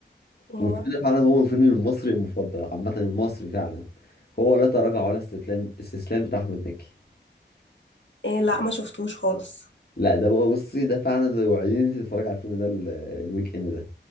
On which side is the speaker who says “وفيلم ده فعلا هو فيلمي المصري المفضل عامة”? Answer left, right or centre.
Left